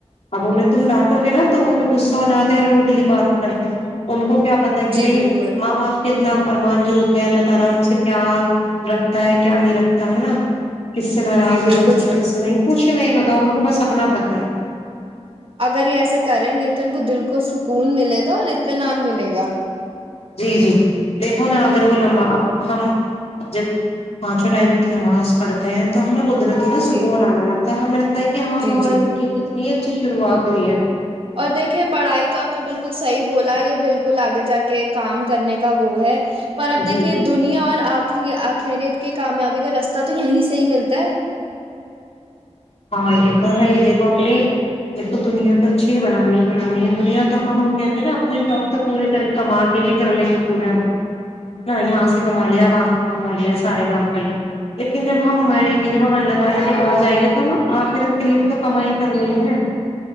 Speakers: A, on the left; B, on the right.
A: اب انہیں تم ڈانٹو گے نا تو وہ بھی غصہا ہو جاتے ہیں روڈلی بات کرتے ہیں ان کو کیا پتا ہے کہ
B: جی
A: بھائی
B: بالکل
A: ماں باپ کے انا جو ہوتے ہیں اللہ تعالی ان سے رکھتا ہے کیا نہیں رکھتا ہے نا کس سے ناراض
B: جی
A: ہونا
B: بالکل
A: چاہے
B: صحیح
A: کس سے نہیں کچھ نہیں پتا ان کو بس اپنا پتا ہ <inaudible>
B: اگر یہ ایسا کریں گے تو ان کو دل کو سکون ملے گا اور اطینان ملے گا
A: جی جی دیکھو نا اگر وہ نماز ہم جب پانچوں ٹائم کی نماز پڑھتے ہیں تو ہم لوگ قدرتی نہ سکون
B: جی
A: آا لگتا تو ہم نے <unintelligible> کہ ہاں
B: جی
A: ہمارے
B: جی
A: دن کے کتنے اچ شروعات ہوئی ہے
B: اور دیکھیے پڑھائی تو آپ نے بالکل صحیح بولا یہ بالکل آگے جا کے کام کرنے کا وہ ہے پر اب دیکھیے
A: جی
B: دنیا اور آخری آخری کے کامیابی کا رستہ تو یہیں سے ہی ملتا ہے
A: ہے یہ دیکھو اپنے دیکھو دنیا تو اچھی بنانی بنانی ہے دنیا تو ہم وہ کہتے ہیں نا اپنے شوق پہ پوری طرح کما کے بھی کر لیں گے پورے جہاں سے کما لیا وہاں سے کما لیا سارے کام لیکن جب ہم مریں گے جب ہم اللہ تعالی کے پاس جائیں گے آخرت کے لیے بھی تو کمائی کرنی ہے